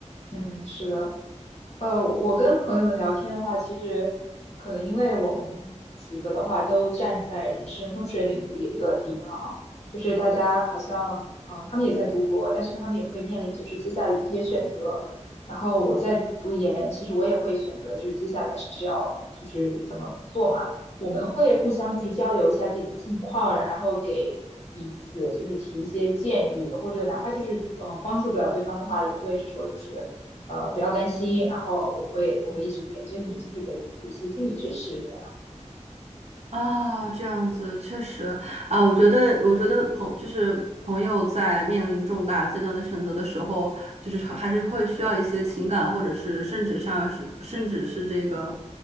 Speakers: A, on the left (about 60°); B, on the right (about 60°).
A: 嗯，是的。呃，我跟朋友们聊天的话，其实可能因为我们几个的话都站在人生风水岭的一个地方，就是大家好像，嗯、他们也在读博，但是他们也会面临就是接下来的一些选择。然后我在读研，其实我也会选择就是接下来是要就是怎么做嘛。我们会互相就是交流一下自己的近况，然后给彼此就是提一些建议，或者哪怕就是嗯、呃帮助不了对方的话，也会说就是。呃，不要担心，然后我会我会一直陪着你，就是给彼此一些心理支持这样。
B: 啊，这样子确实啊，我觉得，我觉得朋就是朋友在面临重大阶段的选择的时候，就是还还是会需要一些情感，
A: 嗯，
B: 或者是甚至上是甚至是这个，